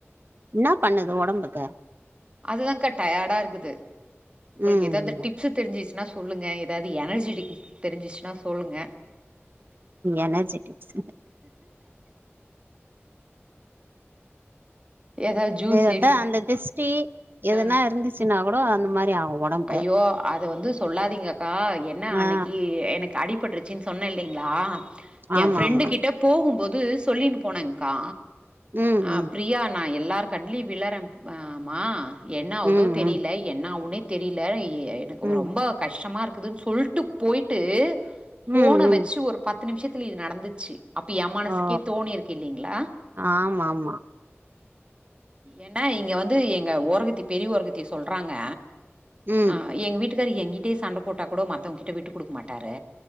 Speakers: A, on the right (about 45°); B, on the right (about 25°).
A: என்னாப் பண்ணுது ஒடம்புக்கு
B: அதுதான்கா டயர்டா இருக்குது உங்களுக்கு
A: ம்
B: ஏதாவது டிப்ஸ் தெரிஞ்சுச்சு சொல்லுங்க ஏதாவது எனர்ஜெடிக் தெரிஞ்சுச்சுன்னா சொல்லுங்க
A: எனர்ஜெட்டிக்ஸ்
B: ஏதது ஜூஸ்
A: அதா
B: ரெடி
A: அந்த திஷ்டி எதுனா
B: ஆ
A: இருந்துச்சுன்னா கூட அந்த மாரி ஆகு ஒடம்பு
B: ஐயோ அத வந்து சொல்லாதீங்க அக்கா என்ன அன்னைக்கி
A: ஆ
B: எனக்கு அ டி பட்டுருச்சின் சொன்ன இல்லைங்களா எ
A: ஆமா
B: பிரெண்டு
A: ஆமா
B: கிட்ட போகு போது சொல்லின்னு போனேங்கக்கா
A: ம்
B: ஆ
A: ம்
B: பிரியா நாயர் எல்லார் கண்லியும் விளர ஆமா என்னாவதோ
A: ம்
B: தெரியல
A: ம்
B: என்னவுனே தெரியல எனக்கு
A: ம்
B: ரொம்ப கஷ்டமா இருக்குதுன்னு சொல்ட்டு போயிட்டு போன
A: ம் ம்
B: வச்சு ஒரு பத் து நிமிஷத்துல இது நடந்துச்சு அப்ப எமானசுக்கே
A: ஓ
B: தோணி இருக்கு இல்லலைங்களா
A: ஆமா ஆமா
B: ஏன்னா இங்க வந்து எங்க ஓரகத்தி பெரிய ஓரகத்தி சொல்றாங்க
A: ம்
B: ஆ எங்க வீட்டுக்காரரு எங்க்கிட்டயே சண்ட போட்டா கூட மத்த வங்க கிட்ட விட்டு குடுக்க மாட்டாரு